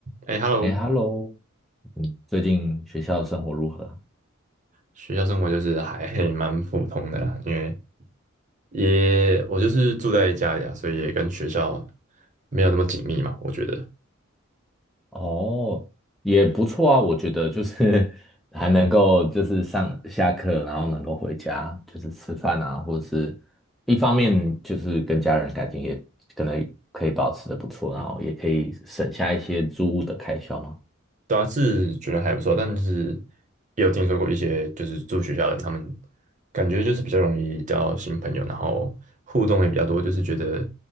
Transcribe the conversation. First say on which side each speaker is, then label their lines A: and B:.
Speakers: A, on the right; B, in the centre.
A: 哎，Hello，
B: 哎，Hello，嗯最近学校的生活如何啊？
A: 学校生活就是还还蛮普通的啦，因为也我就是住在家里啊，所以也跟学校没有那么紧密嘛，我觉得，
B: 哦，也不错啊，我觉得就是 <laughs> 还能够就是上下课，然后能够回家，就是吃饭啊，或者是一方面就是跟家人感情也可能可以保持的不错，
A: 嗯，
B: 然后也可以省下一些租屋的开销嘛。
A: 对啊，是觉得还不错，但是也有听说过一些就是住学校的人，他们感觉就是比较容易交新朋友，然后互动也比较多，就是觉得